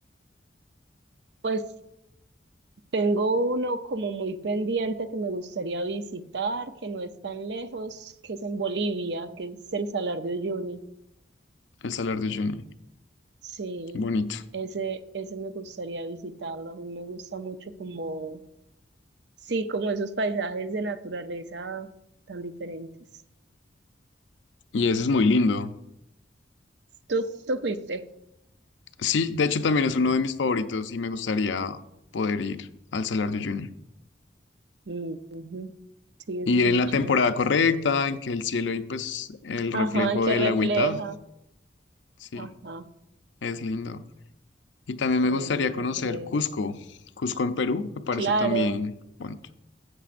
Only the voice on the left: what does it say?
El Salar de Uyuni,
bonito.
Y ese es muy lindo.
Sí, de hecho también es uno de mis favoritos y me gustaría poder ir al Salar de Uyuni.
Y
en la
temporada correcta, en que el cielo y pues el reflejo
del
agüita, sí,
es lindo. Y también me
gustaría
conocer Cusco, Cusco en Perú, me parece
también bonito.